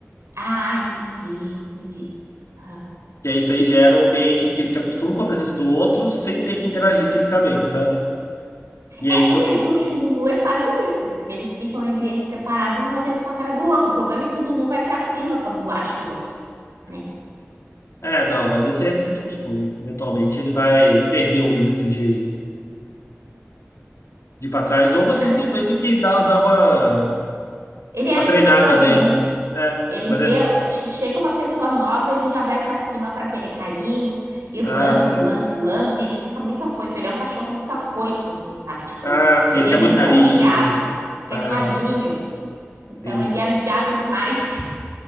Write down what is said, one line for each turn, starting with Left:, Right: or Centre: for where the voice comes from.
Right: Ah, entendi, entendi. Aham.
Left: Que aí isso aí gera um ambiente em que eles se acostumam com a presença do outro sem ter que interagir fisicamente, sabe? E aí
Right: É,
Left: quando.
Right: o Negruxo e o Nunu é quase isso, porque eles ficam em ambiente separado, um olhando para a cara do outro. O problema é que o Nunu vai para cima quando acha o outro, né?
Left: É, não, mas isso aí é questão de costume. Eventualmente ele vai perder o ímpeto de, de ir pra trás, ou vocês
Right: Não,
Left: têm- vai ter que dar, dar uma.
Right: Ele é
Left: Uma
Right: assim
Left: treinada
Right: com todo
Left: nele.
Right: mundo.
Left: É,
Right: Ele
Left: mas
Right: vê,
Left: é.
Right: chega uma pessoa nova, ele já vai pra cima pra querer carinho e
Left: Ah,
Right: lambe,
Left: sa-
Right: lambe, lambe. Ele fica muito afoito. Ele é um cachorro muito afoito, assim, sabe? Tipo,
Left: ah, sim,
Right: ele
Left: ele quer
Right: é muito
Left: muito carinho.
Right: amigável, quer
Left: Ah,
Right: carinho. Então,
Left: entendi.
Right: ele é amigável demais. <laughs>